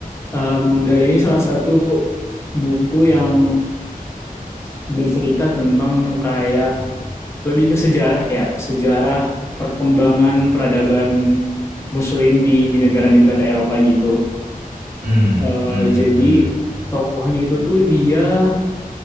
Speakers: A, on the left; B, on the right.
A: Em, dan ini salah satu buku yang bercerita tentang kayak lebih ke sejarah ya, sejarah perkembangan peradaban Muslim di negara-negara Eropa gitu.
B: hmm,
A: Uh,
B: hmm,
A: jadi
B: hmm.
A: tokohnya itu tuh dia